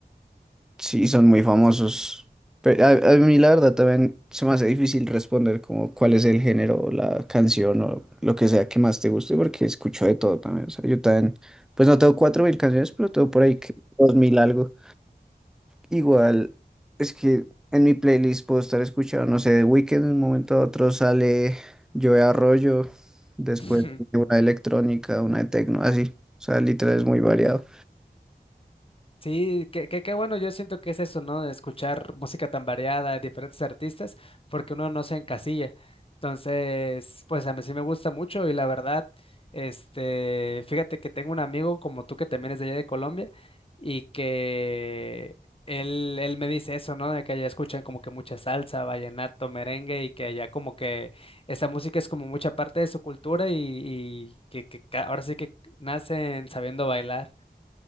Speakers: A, in the centre; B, on the left.
A: Sí, son muy famosos. Pero a, a mí la verdad también se me hace difícil responder como cuál es el género, o la canción o lo que sea que más te guste, porque escucho de todo también. O sea, yo también, pues no tengo cuatro mil canciones, pero tengo por ahí que dos mil algo. Igual, es que en mi playlist puedo estar escuchando, no sé, de Weeknd de un momento a otro sale Joe Arroyo, después
B: <laughs>
A: una de electrónica, una de tecno, así. O sea, literal es muy variado.
B: Sí, qué qué- qué bueno, yo siento que es eso, ¿no? De escuchar música tan variada de diferentes artistas, porque uno no se encasilla. Entonces, pues a mí sí me gusta mucho y la verdad, este, fíjate que tengo un amigo como tú que también es de allá de Colombia y que él, él me dice eso, ¿no? De que allá escuchan como que mucha salsa, vallenato, merengue y que allá como que esa música es como mucha parte de su cultura y, y que, que ca- ahora sí que nacen sabiendo bailar.